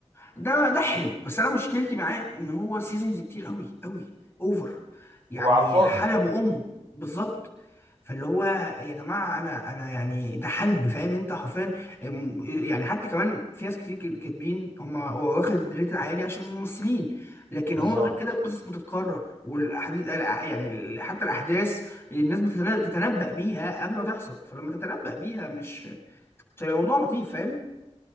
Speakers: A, on the left; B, on the right.
A: ده ده حلو بس انا مشكلتي معاه ان هو سيزونز كتير قوي قوي اوفر يعني
B: وعلى الفاضي
A: حلب امه بالظبط فاللي هو يا جماعه انا انا يعني ده حلب فاهم انت حرفيا أم- يعني حتى كمان في ناس كتير كت- كاتبين هم هو واخد الريت العالي عشان ممثلين لكن
B: بالظبط
A: هو غير كده القصص بتتكرر والاحاديث يعني ال- حتى الاحداث الناس بتتنا- بتتنبأ بيها قبل ما تحصل فلما تتنبأ بيها مش مش هيبقى موضوع لطيف فاهم